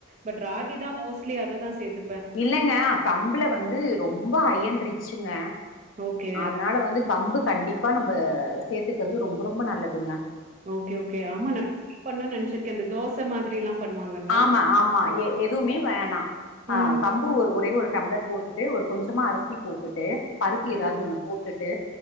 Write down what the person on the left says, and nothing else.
ம்
இல்லங்க கம்புள வந்து ரொம்ப அயன் ரிச்சுங்க
அதனால வந்து கம்பு கண்டிப்பா நம்ம சேர்த்துக்குறது ரொம்ப ரொம்ப நல்லதுங்க
ஆமா ஆமா எதுவுமே வேணா ஆ
கம்பு ஒரு ஒரே ஒரு டம்ளர் போட்டுட்டு ஒரு கொஞ்சமா அரிசி போட்டுட்டு பருப்பு ஏதாவது
ஒண்ணு போட்டுட்டு